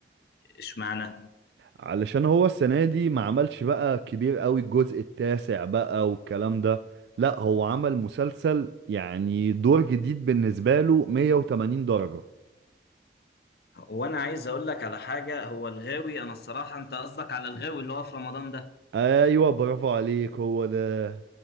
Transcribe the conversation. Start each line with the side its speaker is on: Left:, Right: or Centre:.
Left: اشمعنى؟
Right: علشان هو السنه دي ما عملش بقى كبير قوي الجزء التاسع بقى والكلام ده لا هو عمل مسلسل يعني دور جديد بالنسبه له 180 درجه
Left: وأنا عايز أقول لك على حاجة هو الغاوي أنا الصراحة أنت قصدك على الغاوي اللي هو في رمضان ده
Right: ايوه برافو عليك هو ده